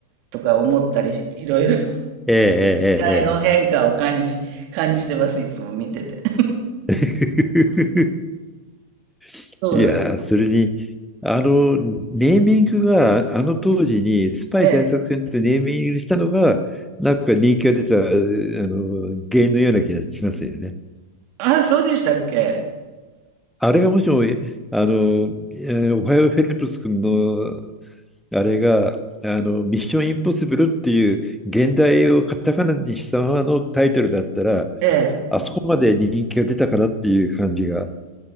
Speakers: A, on the right; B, in the centre.
A: とか思ったり、いろいろ、時
B: ええ
A: 代の変化を感じ、感じてます、いつも見てて。
B: ええええ。<laughs>
A: そうだ。
B: いやー、それに、あの、ネーミングが、あの当時に、スパイ大作戦とネーミングしたのが、
A: ええ。
B: なんか人気が出た、あの、原因のような気がしますよね。
A: あ、そうでしたっけ
B: あれがもしも、えあの、えおはようフェルプス君のあれが、あの、ミッションインポッシブルっていう現代をカタカナにしたままのタイトルだったら、
A: ええ。
B: あそこまで人気が出たかなっていう感じが